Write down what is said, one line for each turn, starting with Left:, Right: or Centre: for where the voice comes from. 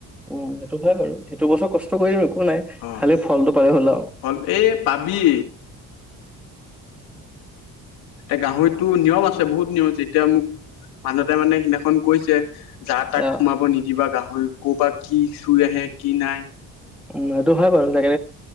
Centre: উম সেইটো হয় বাৰু সেইটো বছৰ কষ্ট কৰিম একো। নাই
Left: অহ
Centre: খালি ফলটো পালে হ'ল আও
Left: ফল এই পাবি। এতিয়া গাহৰিটো নিয়ম আছে বহুত নিয়ম আছে। এতিয়া মোক মানুহতে মানে সিদিনাখন কৈছে। যা তাক
Centre: অ
Left: সোমাব নিদিবা গাহৰি ক'বাত কি চুই আহে কি নাই।
Centre: উম সেইটো হয় বাৰু তাকে।